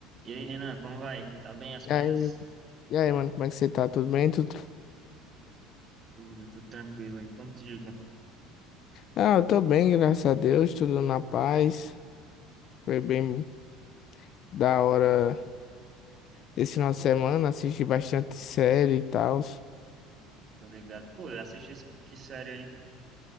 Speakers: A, on the right; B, on the left.
A: E aí, Renan, como vai? Tá bem as coisas?
B: E aí, e aí, mano, como é que você tá? Tudo bem? Tudo...
A: Tudo, tudo tranquilo. E como te digo,
B: Ah, eu tô bem, graças a Deus, tudo na paz. Foi bem da hora esse final de semana, assisti bastante série e tal.
A: tá ligado? Pô, eu assisti esse- que série aí?